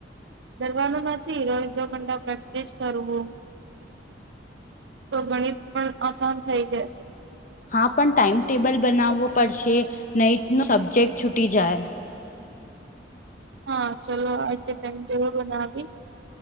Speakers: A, on the right; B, on the left.
A: દરવાનું નથી રોજ દો ઘંટા પ્રેક્ટિસ કરવું તો ગણિત પણ આસાન થઇ જશે
B: હા પણ ટાાઈમટેબલ બનાવવો પડશે નહી ન સબ્જેક્ટ છૂટી જાય
A: હા ચલો આજે ટાઈમટેબલ બનાવી